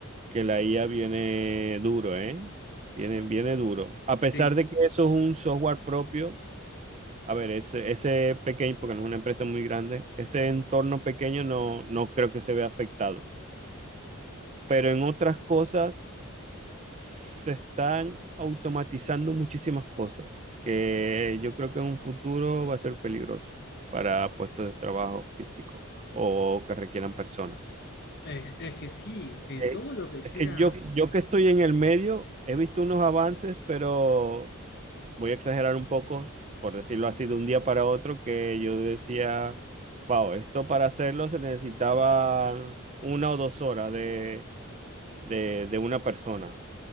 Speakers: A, on the right (about 30°); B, on the left (about 50°).
A: que la IA viene duro, ¿eh? Viene viene duro. A pesar
B: sí.
A: de que eso es un software propio A ver, ese, ese pequeño, porque no es una empresa muy grande, ese entorno pequeño no, no creo que se vea afectado. Pero en otras cosas se están automatizando muchísimas cosas que yo creo que en un futuro va a ser peligroso para puestos de trabajo físicos o que requieran personas.
B: Es, es que sí, eh,
A: Eh,
B: todo lo que sea,
A: es que yo, yo que estoy en el medio, he visto unos avances, pero voy a exagerar un poco, por decirlo así, de un día para otro, que yo decía, wow, esto para hacerlo se necesitaba una o dos horas de, de, de una persona.